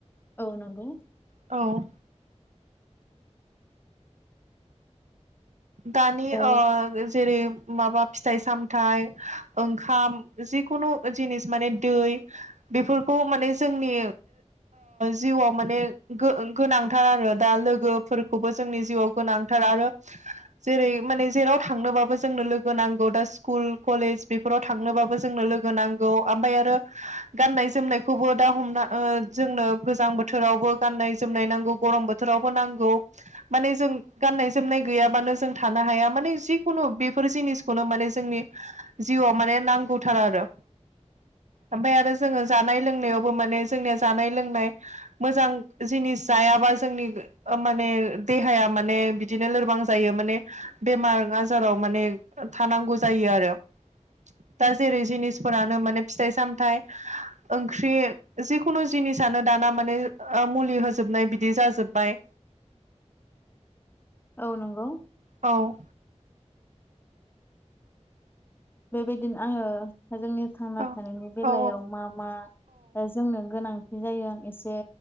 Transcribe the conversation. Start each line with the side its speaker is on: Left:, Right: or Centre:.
Left: औ नंगौ
Right: औ दानि
Left: औ
Right: आ जेरै माबा फिथाइ सामथाइ ओंखाम जिखुनु जिनिस माने दै बेफोरखौ माने जोंनि जिउआव माने गोनांथार आरो दा लोगोफोरखौबो जोंनि जिउआव गोनांथार आरो
Left: <inaudible>
Right: जेरै माने जेराव थांनोबाबो जोंनो लोगो नांगौ दा स्कुल कलेज बेफोराव थांनोबाबो जोंनो लोगो होनांगौ ओमफ्राय आरो गाननाय जोमनायखौबो दा हमना जोंनो गोजां बोथोरावबो गाननाय जोमनाय नांगौ गरम बोथोर बोथोरावबो नांगौ माने जों गाननाय जोमनाय गैयाबानो जों थानो हाया माने जिखुनु बेफोर जिनिसखौनो माने जोंनि जिउआव माने नांगौथारा आरो ओमफ्राय आरो जोंङो जानाय लोंनायावबो माने जोंनिया जानाय लोंनाय मोजां जिनिस जायाबा जोंनि माने देहाया माने बिदिनो लोरबां जायो माने बेमार आजाराव माने थानांगौ जायो आरो दा जेरै जिनिसफोरानो माने फिथाइ सामथाइ ओंख्रि जिखुनु जिनिसानो दाना माने मुलि होजोबनाय बिदि जाजोब्बाय
Left: औ नंगौ
Right: औ
Left: बेबायदिनो आंङो जोंनि थांना
Right: औ
Left: थानायनि बेलायाव
Right: औ
Left: मा मा जोंनो गोनांथि जायो एसे